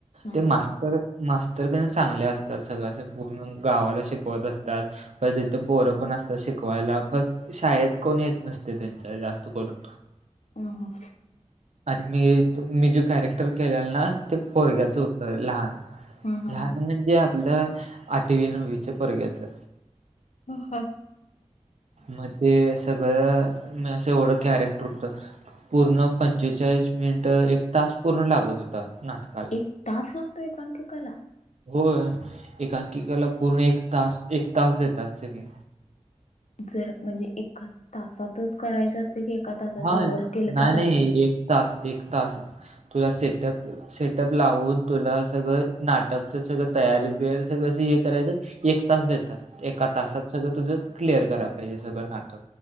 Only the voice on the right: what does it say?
ते मास्तर मास्तर क नाही चांगले असतात. सगळं अस पूर्ण गावाला शिकवत असत्यात परत तिथं पोरं पण असतात शिकवायला, फक् शाळेत कोण येत नसतंय त्यांच्या जास्त करून.
आणि मी मी जे कॅरेक्टर केलेलं ना ते पोरग्याचं होतं लहान.
लहान
म्हणजे आपलं आठवी नववीच्या पोरग्याचं.
मग ते सगळं म असं एवढं कॅरेक्टर हूत. पूर्ण पंचेचाळीस मिनिट एक तास पूर्ण लागत होता नाटकाला.
होय एकांकिकेला पूर्ण एक तास एक तास देतात सगळे.
हा.
नाही
नाही एक तास एक तास तुझा सेटअप सेटअप लावून. तुला सगळं नाटकच सगळं तयारी बियार सगळं असं हे करायचं, एक तास देतात एका तासात सगळं तुझं क्लिअर करायला पाहिजे सगळं नाटक.